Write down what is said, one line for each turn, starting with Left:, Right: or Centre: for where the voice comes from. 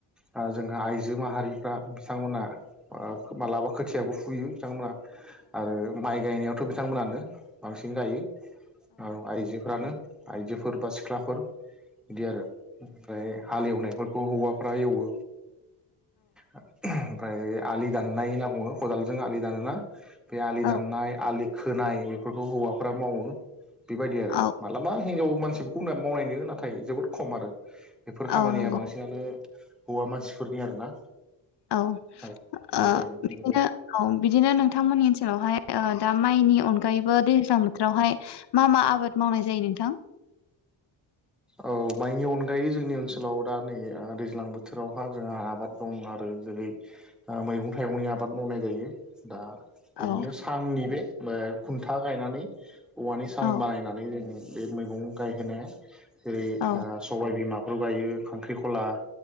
Centre: ओ जोंहा आइजो माहारिफ्रा बिथांमोना ओ मालाबा खोथियाबो फुयो बिथांमोना आरो माइ गायनायावथ' बि थांमोनानो बांसिन गायो ओ आइजोफ्रानो आइजोफोर बा सिख्लाफोर बिदि आरो ओमफ्राय हाल एवनायफोरखौ हौवाफ्रा एवो ओमफ्राय आलि दाननाय होनना बुङो खदालजों आलि दानोना बे आलि
Left: औ
Centre: दाननाय आलि खोनाय बेफोरखौ हौवाफ्रा मावो बेबायदि आरो
Left: औ
Centre: मालाबा हिनजाव मानसिफोरखौ मावनाय नुयो नाथाय जोबोद खम आरो बेफोर खामानिया
Left: औ नंगौ
Centre: बांसिनानो हौवा मानसिफोरनि आरोना
Left: औ
Centre: औ
Left: ओ
Centre: बेबायदि
Left: बिदिनो
Centre: नंगौ
Left: औ बिदिनो नोंथांमोननि ओनसोलावहाय ओ दा माइनि अनगायैबो दैज्लां बोथोरावहाय मा मा आबाद मावनाय जायो नोंथां <unintelligible>
Centre: औ माइनि अनगायै जोंनि ओनसोलाव दा नै ओ दैज्लां बोथोरावहा जोंहा आबाद दं आरो जो रै ओ मैगं -थाइगंनि आबाद मावनाय जायो दा ओरैनो
Left: औ
Centre: सांनि बे मो खुन्था गायनानै औवानि सां
Left: औ
Centre: बानायनानै जों बे मैगं गायहोनाया जेरै ओ
Left: औ
Centre: सबाय बिमा खौ गायो खांख्रिखला